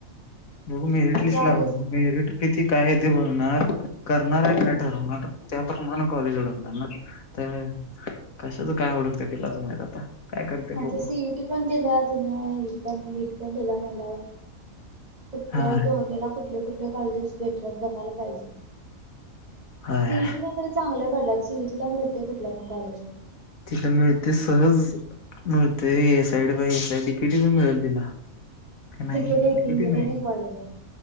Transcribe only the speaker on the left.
मग मेरिट लिस्ट
ला मेरिट किती काये ते बघणार. करणार काय ते ठरवणार. प्रमाण कॉलेज ओळखणार ना कशाच काय ओळखते तिलाच माहित आता. काय करते
बघू
हा
हय
तिला मिळते सहज मिळते ए साईड बा A side D K T पण मिळेल तिला. नाही
डी के
टी नाही.